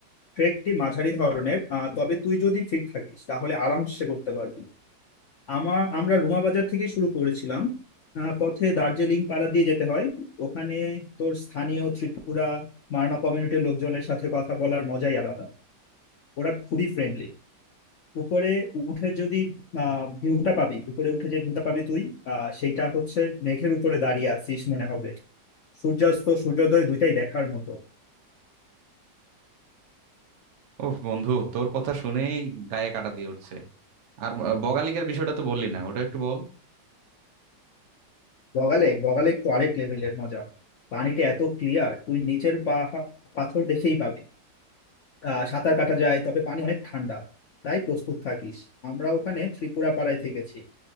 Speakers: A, on the left; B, on the right.
A: ট্রেকটি মাঝারি ধরনের আহ, তবে তুই যদি ফিট থাকিস তাহলে আরামসে করতে পারবি আমা আমরা রুমা বাজার থেকে শুরু করেছিলাম আহ, পথে দার্জিলিং পাড়া দিয়ে যেতে হয় ওখানে তোর স্থানীয় ত্রিপুরা মারমা কমিউনিটির লোকজনের সাথে কথা বলার মজাই আলাদা ওরা খুবই ফ্রেন্ডলি উপরে উঠে যদি ভিউটা পাবি উপরে উঠে যে ভিউটা পাবি তুই আহ সেইটা হচ্ছে মেঘের উপরে দাঁড়িয়ে আছিস মনে হবে সূর্যাস্ত সূর্যোদয় দুইটাই দেখার মতো
B: ওহ বন্ধু তোর কথা শুনেই গায়ে কাটা দিয়ে উঠছে আর আহ, বগালিকার বিষয়টা তো বললি না ওটা একটু বল
A: বগালে বগালে তো আরেক লেভেলের মজা পানিটা এত ক্লিয়ার তুই নিচের পাহা পাথর দেখেই পাবি আহ সাঁতার কাটা যায় তবে পানি অনেক ঠান্ডা তাই প্রস্তুত থাকিস আমরা ওখানে ত্রিপুরা পাড়ায় থেকেছি